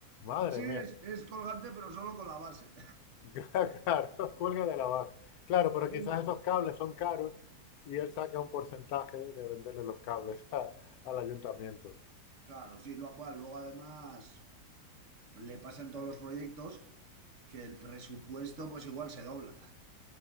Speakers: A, on the left; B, on the right.
A: Madre
B: Sí,
A: mía.
B: es, es colgante, pero solo con la base.
A: <laughs> Claro, cuelga de la base. Claro, pero
B: <laughs>
A: quizás esos cables son caros y él saca un porcentaje de venderle los cables a- al ayuntamiento.
B: Claro, sí, lo- bueno, luego además le pasan todos los proyectos que el presupuesto pues igual se dobla.